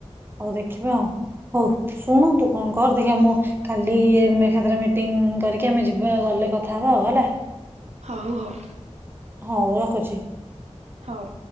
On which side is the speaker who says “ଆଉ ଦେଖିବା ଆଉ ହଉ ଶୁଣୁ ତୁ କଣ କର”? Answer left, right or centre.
Right